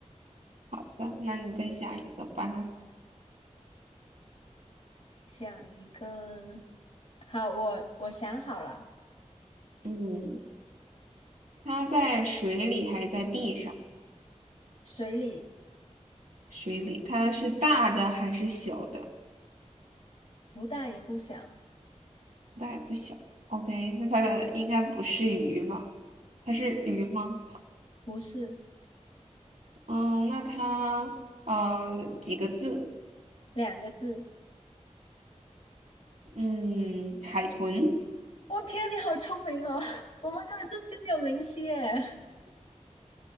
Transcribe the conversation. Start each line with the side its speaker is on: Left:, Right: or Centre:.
Right: 好的那你再想一个吧。
Left: 想一个，好，我我想好了，
Right: 嗯，它在水里还是在地上？
Left: 水里。
Right: 水里，它是大的还是小的？
Left: 不大也不小，
Right: 那也不小。OK，那它的应该不是鱼吧？它是鱼吗？
Left: 不是
Right: 嗯，那它呃几个字？
Left: 两个字。
Right: 嗯，海豚。
Left: 我、天，你好聪明哦！<laughs> 我们真的是心有灵犀耶。